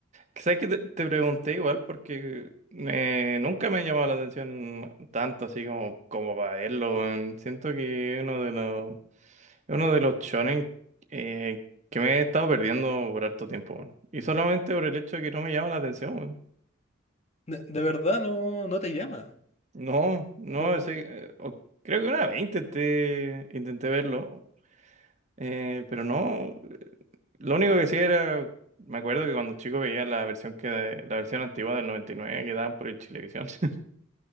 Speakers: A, on the right; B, on the left.
A: quizás que te, te pregunté igual porque eh, nunca me ha llamado la atención tanto así como, como para verlo. weón. Siento que es uno de los, es uno de los shonen eh, que me he estado perdiendo por harto tiempo. weón. Y solamente por el hecho de que no me llama la atención. weón.
B: De, de verdad no, no te llama.
A: No, no,
B: No.
A: ese, eh, o- creo que una 20 te, intenté verlo, eh, pero no, lo único que sí era, me acuerdo que cuando chico veía la versión que, la versión antigua del 99 que daban por el Chilevisión. <laughs>